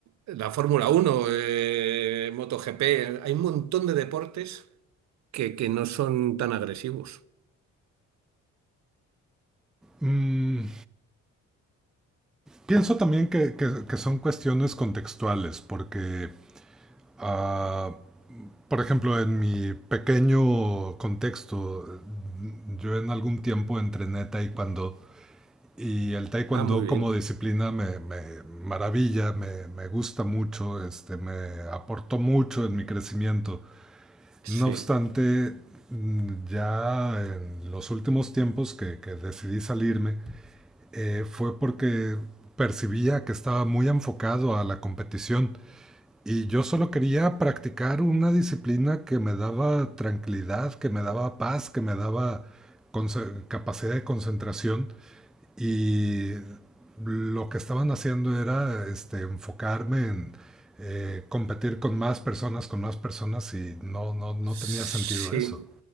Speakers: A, on the right (about 65°); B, in the centre.
A: la Fórmula Uno, eh, MotoGP. Hay un montón de deportes que, que no son tan agresivos.
B: mm, pienso también que, que- que son cuestiones contextuales, porque Ah, por ejemplo, en mi pequeño contexto, yo en algún tiempo entrené taekwondo y el taekwondo
A: Ah, muy bien.
B: como disciplina me, me maravilla, me, me gusta mucho, este, me aportó mucho en mi crecimiento.
A: Sí.
B: No obstante, mm, ya en los últimos tiempos que, que decidí salirme, eh, fue porque percibía que estaba muy enfocado a la competición y yo solo quería practicar una disciplina que me daba tranquilidad, que me daba paz, que me daba conce- capacidad de concentración. Y lo que estaban haciendo era este, enfocarme en eh, competir con más personas, con más personas, y no, no, no
A: Sí.
B: tenía sentido eso,